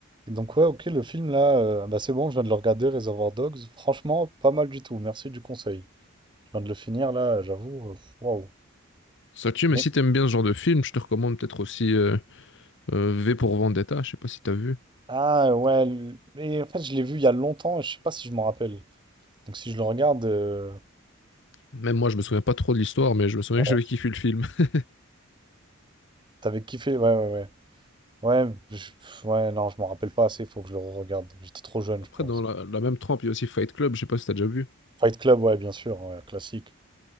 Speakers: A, on the right; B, on the left.
A: Et donc ouais, ok, le film là, euh, bah c'est bon, je viens de le regarder, Reservoir Dogs. Franchement, pas mal du tout. Merci du conseil. Je viens de le finir là, j'avoue. euh, Waouh.
B: Ça tue, mais
A: Mais-
B: si t'aimes bien ce genre de film, je te recommande peut-être aussi euh, euh, V pour Vendetta, je sais pas si t'as vu.
A: Ah ouais, le- mais en fait, je l'ai vu il y a longtemps, je sais pas si je m'en rappelle. Donc si je le regarde, euh,
B: Même moi, je me souviens pas trop de l'histoire, mais je me souviens
A: ouais,
B: que j'avais kiffé le film. <laughs>
A: t'avais kiffé, ouais, ouais, ouais. Ouais, je- pff, ouais, non, je m'en rappelle pas assez, faut que je le regarde. J'étais trop jeune,
B: Après,
A: je pense.
B: dans la, la même trempe, il y a aussi Fight Club, je sais pas si t'as déjà vu.
A: Fight Club, ouais, bien sûr, ouais, classique.